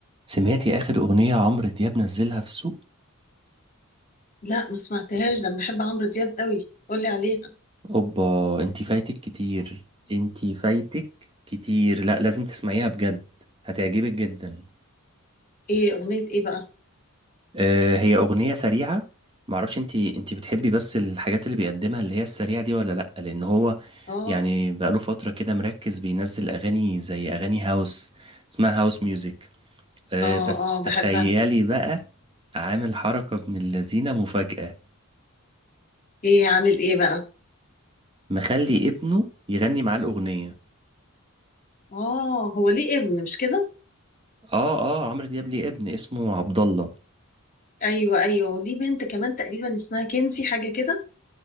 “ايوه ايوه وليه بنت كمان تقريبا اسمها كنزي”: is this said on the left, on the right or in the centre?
Left